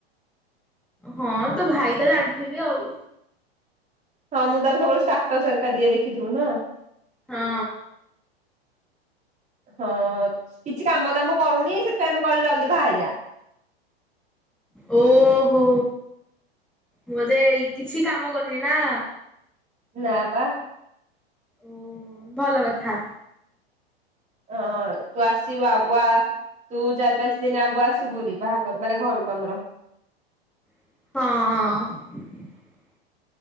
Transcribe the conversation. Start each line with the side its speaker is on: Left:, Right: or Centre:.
Centre: ହଁ ତୋ ଭାଇ ତ ଜାଣିଥିବି ଆଉ।
Right: ହଁ ମୁଁ ତାର ସବୁବେଳେ ଷ୍ଟାଟସ୍ ହେରିକା ଦିଏ ଦେଖିଥିବୁ ନୁହଁ।
Centre: ହଁ।
Right: ହଁ କିଛି କାମ ଦାମ କରୁନି ସେଥିପାଇଁ ଆମେ କହିଲୁ ଜଲଦି ବାହାହେଇଯା।
Centre: ଓହୋ। ମୋ ଦେଇ କିଛି କାମ କରନି ନାଁ।
Right: ନାଁ ପା।
Centre: ଓ ଭଲ କଥା।
Right: ହଁ ତୁ ଆସିବୁ ଆଗୁଆ ତୁ ଚାରି ପାଞ୍ଚ ଦିନ ଆଗୁଆ ଆସିବୁରି ବାହାଘର ମାନେ ଘରକୁ ଆମର।
Centre: ହଁ।